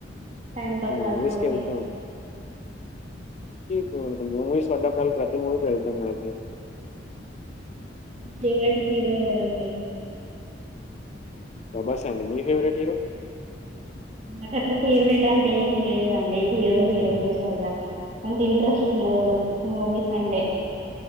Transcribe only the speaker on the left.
మూవీస్కి వెళ్తాం <unintelligible>
ప్రభాస్ అండి మీ ఫెవరెట్ హీరో